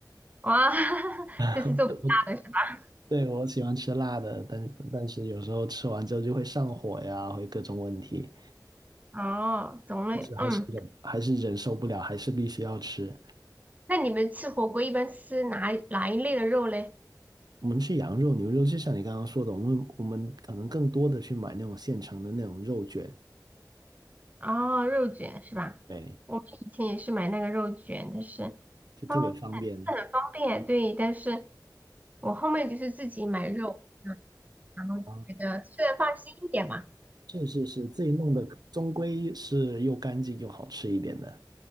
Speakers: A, on the right; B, on the right.
A: 哇，<laughs>
B: <laughs>
A: 就是做不辣的是吧？
B: 对，我喜欢吃辣的，但但是有时候吃完之后就会上火呀，会各种问题，
A: 哦，种类，
B: 但是还是忍还是忍受不了，
A: 嗯。
B: 还是必须要吃。
A: 那你们吃火锅一般是哪哪一类的肉嘞？
B: 我们吃羊肉、牛肉，就像你刚刚说的，我们我们可能更多的去买那种现成的那种肉卷，
A: 哦，肉卷是吧？
B: 对，
A: 我们以前也是买那个肉卷，但是
B: 就特别方便
A: 方是很方便，对，但是。我后面就是自己买肉，嗯，然后就觉得吃的放心一点嘛。
B: 啊。是是是，自己弄的终归是又干净又好吃一点的。